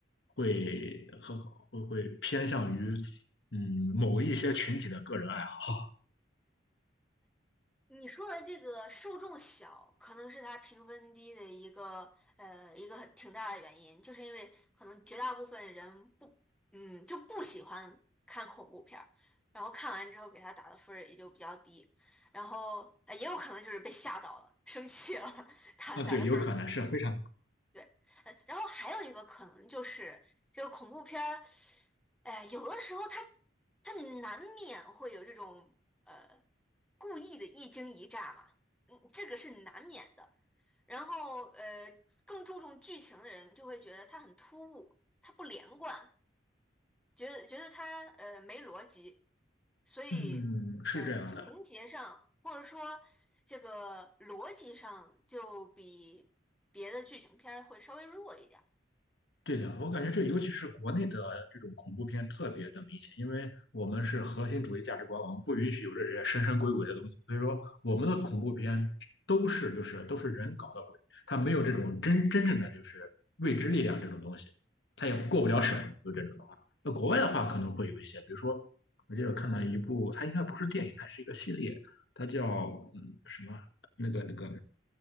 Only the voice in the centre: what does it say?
你说的这个受众小，可能是它评分低的一个呃一个很挺大的原因，就是因为可能绝大部分人不嗯就不喜欢看恐怖片儿，然后看完之后给他打的分儿也就比较低，然后呃也有可能就是被吓到了，生气了，<laughs> 打打的分儿。
对，呃，然后还有一个可能就是这个恐怖片儿，哎、有的时候它它难免会有这种呃故意的一惊一乍嘛，嗯，这个是难免的。然后呃，更注重剧情的人就会觉得它很突兀，它不连贯，觉得觉得它呃没逻辑，所以呃情节上或者说这个逻辑上就比别的剧情片儿会稍微弱一点儿。